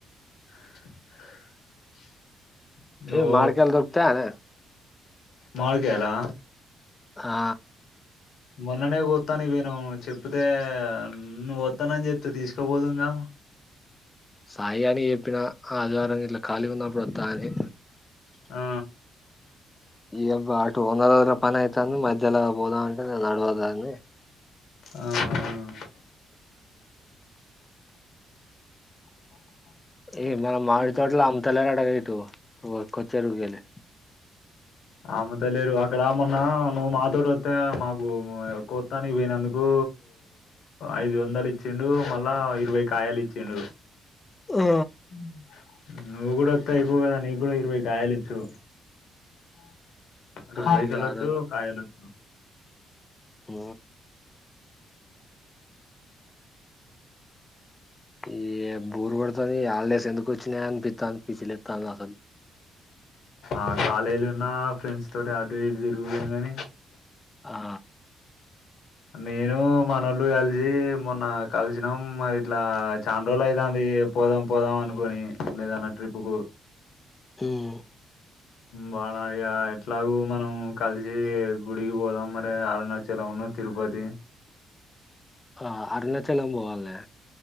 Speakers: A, on the left (about 70°); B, on the left (about 20°).
A: <inaudible>
B: ఫ
A: ఓ
B: మామిడికాయల దోరుకుతాయనే
A: మామిడి కాయలా
B: ఆ
A: మొన్ననే కోస్తాను పోయిన్నాం చెప్తే నువ్వు వస్తానని చెప్తే తీసుకోపోదు ఇంకా
B: సాయి అని చెప్పిన ఆ ఆదివారం ఇట్లా ఖాళిగా ఉన్నప్పుడు తారే
A: ఆ
B: ఈ అబ్బ ఆటు ఓనర్ పన అయితా అని మధ్యలో పోదా అంట నడవద అని
A: ఆ హమ్
B: ఏ మన
A: ఆ
B: మామిడి తోటలు అముతలేరాట ఇ కొచ్చరుగుగాలి
A: అమ్ముతలేరు అక్కడ మొన్నా నువ్వు మాతోటి వస్తే మాకు కొత్తానికి పోయినందుకు ఐదు వందలు ఇచ్చిండు మళ్ళా ఇరవై కాయలు ఇచ్చిండు
B: ఆ
A: ఉమ్ నువ్వు కూడా అత్తే అయిపావ్ కదా నీ కూడా అయిదు కాయలిత్తూరు అటు
B: ఆ
A: పైసలచ్చు
B: ఇగ ఆ
A: కాయలచ్చు
B: ఆ ఈ బోరు కొడతాది హాలిడేస్ ఎందుకు వచ్చినాయా అనిపిస్తాని పిచ్చిలేస్తానది అసలు
A: ఆ కాలేజీలు ఉన్నా ఫ్రెండ్స్ తోటి అటు ఇటు తిరుగుతుంది గాని
B: ఆ
A: నేను మనోళ్ళు కలిసి మొన్న కలిసినాం మరి ఇట్లా చానా రోజులు అవుతుంది పోదాం పోదాం అనుకోని లేదన్న ట్రిప్ కు
B: ఉమ్
A: వాళ్ళు ఎట్లాగ మనం కలిసి గుడికి పోదాం మరి అరుణాచలం అన్న తిరుపతి
B: ఆ అరుణాచలం పోవాలే